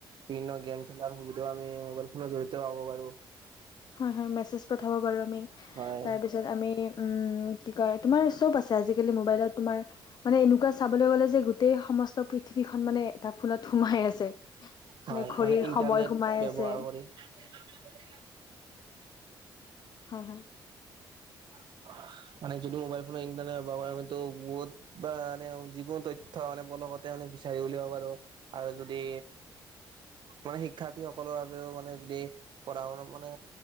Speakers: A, on the right; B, on the left.
A: বিভিন্ন গেম খেলাৰ সুবিধাও আমি মোবাইল ফোনৰ জৰি়তেও পাব বাৰু।
B: হয় হয় মেছেজ পঠাব পাৰো আমি,
A: হয়
B: তাৰপাছত আমি উম, কি কয় তোমাৰ চব আছে আজিকালি মোবাইলত তোমাৰ, মানে এনেকুৱা চাবলৈ গ'লে যে গোটেই সমস্ত পৃথিৱীখন মানে <unintelligible> ফোনত সোমাই আছে নে
A: হয়
B: ঘড়ীৰ
A: মানে ইণ্টাৰনেট
B: সময় সোমাই
A: ব্যৱহাৰ
B: আছে।
A: <inaudible>
B: হয় হয়।
A: <unintelligible> মানে যদি মোবাইল ফোনে ইণ্টাৰনেটো <unintelligible> যিকোনো তথ্য মানে <unintelligible> মানে বিচাৰি উলিয়াব পাৰো আৰু যদি মানে শিক্ষাৰ্থী সকলৰ বাবেও মানে যদি পঢ়া শুনা মানে